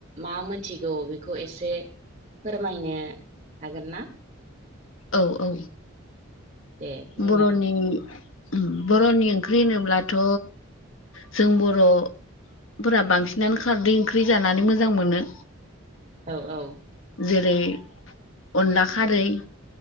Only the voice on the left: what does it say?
औ औ
बर'नि उम बर'नि ओंख्रि होनोब्लाथ' जों बर' फोरा बांसिनानो खारदै ओंख्रि जानानै मोजां मोनो।
जेरै अनला खारै